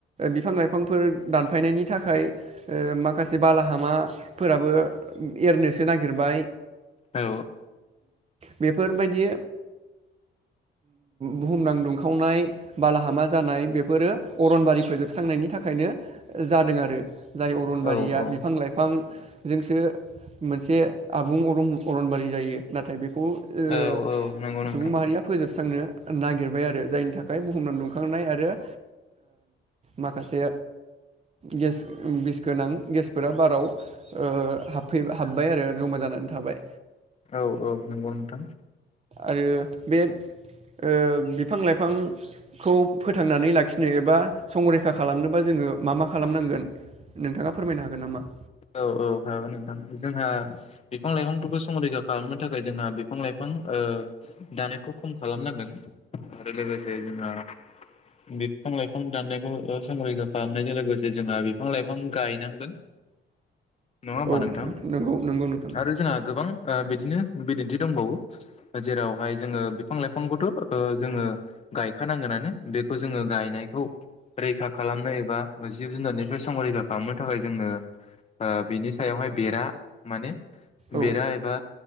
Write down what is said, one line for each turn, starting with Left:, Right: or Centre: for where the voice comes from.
Right: बिफां लाइफांफोर दानफायनायनि थाखाय माखासे बालाहामाफोराबो एरनोसो नागिरबाय
Left: औ
Right: बेफोरबायदि बुहुमनां दुंखावनाय बालाहामा जानाय बेफोरो अरनबारि फोजोबस्रांनायनि थाखायनो जादों आरो। जाय अरनबारिया
Left: औ
Right: बिफां लाइफांजोंसो मोनसे आबुं अरं अरनबारि जायो नाथाय बेखौ ओ
Left: औ औ नंगौ नोंथां
Right: सुबुं माहारिया फोजोबस्रांनो नागिरबाय आरो जायनि थाखाय बुहुमना दुंखांनाय आरो ओ माखासे गेस बिस गोनां गेसफोरा बाराव ओ हाबफै हाबबाय आरो जमा जानानै थाबाय
Left: औ औ नंगौ नोंथां।
Right: आरो बे ओ बिफां लाइफांखौ फोथांनानै लाखिनो एबा संरैखा खालामनोबा जोङो मा मा खालामनांगोन? नोंथाङा फोरमायनो हागोन नामा।
Left: औ औ हागोन नोंथां जोंहा बिफां लाइफांफोरखौ संरैखा खालामनो थाखाय जोंहा बिफां लाइफां ओ दानायखौ खम खालामनांगोन आरो लोगोसे जोंहा बिफां लाइफां दाननायखौ ओ संरैखा खालामनायजों लोगोसे जोंहा बिफां लाइफां गायनांगोन। नङा होमबा
Right: औ
Left: नोंथां
Right: नंगौ नंगौ नोंथां
Left: आरो जोंहा गोबां ओ बिदिनो बिदिन्थि दंबावो जेरावहाय जोङो बिफां लाइफांखौथ' जोङो गायखानांगोनानो बेखौ जोङो गायनायखौ रैखा खालामनो एबा जिब जुनारनिफ्राय संरैखा खालामनो थाखाय जोंनो ओ बिनि सायावहाय बेरा माने
Right: औ
Left: बेरा एबा